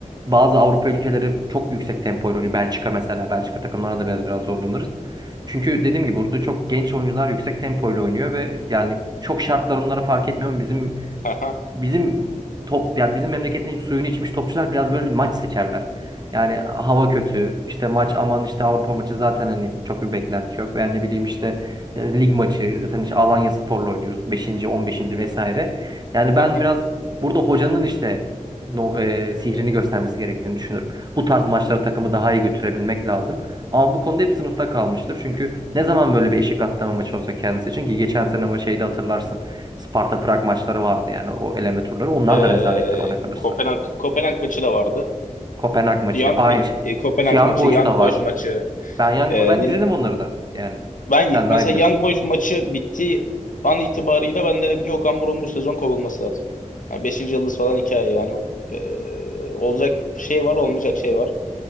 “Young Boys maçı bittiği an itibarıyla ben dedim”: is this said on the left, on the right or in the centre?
Left